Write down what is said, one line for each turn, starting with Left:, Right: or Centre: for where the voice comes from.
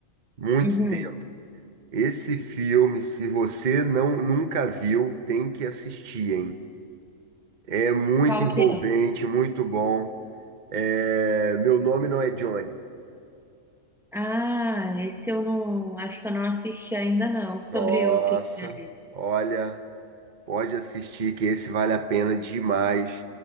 Right: muito
Centre: Uhum.
Right: tempo. Esse filme, se você não nunca viu, tem que assistir, hein? É muito
Centre: Qual
Right: envolvente,
Centre: que é?
Right: muito bom. É... Meu nome não é Johnny.
Centre: Ah, esse eu não, acho que eu não assisti ainda não. Sobre
Right: Nossa,
Centre: o que que é?
Right: olha, pode assistir que esse vale a pena demais,